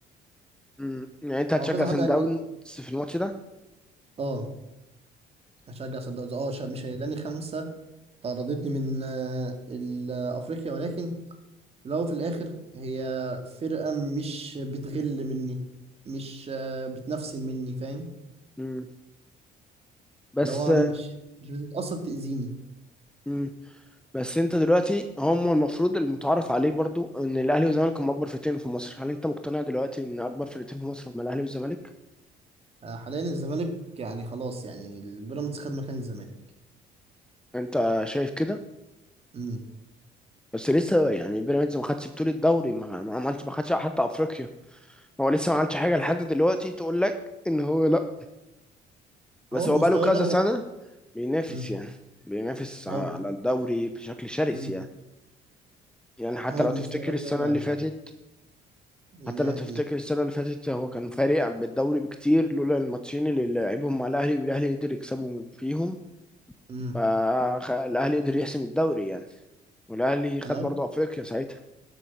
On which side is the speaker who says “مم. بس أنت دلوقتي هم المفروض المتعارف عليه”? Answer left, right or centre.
Centre